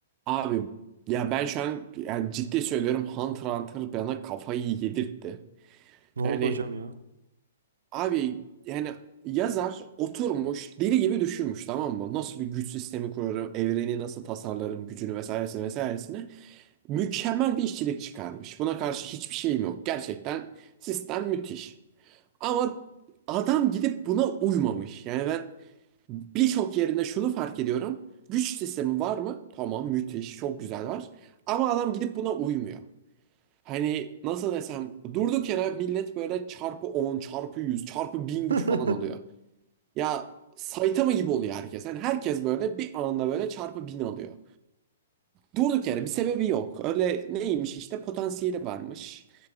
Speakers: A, on the right; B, on the right.
A: Abi ya ben şu an yani ciddi söylüyorum Hunter x Hunter bana kafayı yedirtti.
B: Ne oldu
A: Yani
B: hocam ya?
A: abi yani yazar oturmuş deli gibi düşünmüş tamam mı? Nasıl bir güç sistemi kurarım, evreni nasıl tasarlarım, gücünü vesairesine vesairesine. Mükemmel bir işçilik çıkarmış. Buna karşı hiçbir şeyim yok. Gerçekten sistem müthiş. Ama adam gidip buna uymamış. Yani ben birçok yerinde şunu fark ediyorum. Güç sistemi var mı? Tamam müthiş çok güzel var. Ama adam gidip buna uymuyor. Hani nasıl desem durduk yere millet böyle çarpı 10 çarpı 100 çarpı 1000 güç
B: <laughs>
A: falan alıyor. Ya Saitama gibi oluyor herkes. Yani herkes böyle bir anda böyle çarpı 1000 alıyor. Durduk yere bir sebebi yok. Öyle neymiş işte potansiyeli varmış.